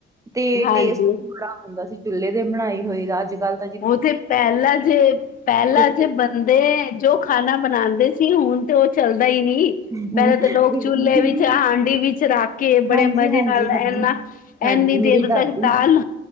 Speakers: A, on the right; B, on the left.
A: ਤੇ,
B: ਹਾਂਜੀ
A: ਟੇਸਟ ਬੜਾਆਉਂਦਾ ਸੀ, ਚੁੱਲੇ ਦੇ ਬਣਾਈ ਹੋਈ, ਦਾ ਅੱਜ ਕੱਲ
B: ਉਹ, ਥੇ ਪਹਿਲਾਾਂ ਜੇ ਪਹਿਲਾਂ,
A: ਕੁੱਕਰ
B: ਜੇ ਬੰਦੇ ਜੋ ਖਾਣਾ ਬਣਾਉਂਦੇ ਸੀ, ਹੁਣ ਤੇ ਉਹ ਚਲਦਾ, ਹੀ ਨਹੀਂ
A: ਬਿਲਕੁਲ।
B: ਪਹਿਲਾ ਤਾਂ ਲੋਕ, ਚੁੇਲ੍ਹੇ ਵਿੱਚ ਹਾਂਡੀ ਵਿੱਚ ਰੱਖ ਕੇ, ਬੜੇ
A: ਹਾਂਜੀ,
B: ਮਜ਼ੇ
A: ਹਾਂਜੀ,
B: ਨਾਲ
A: ਹਾਂਜੀ,
B: ਏਨਾ
A: ਹਾਂਜੀ
B: ਇੰਨੀ ਦੇਰ
A: ਮੇਰੀ
B: ਤੱਕ
A: ਦਾਦੀ
B: ਦਾਲ,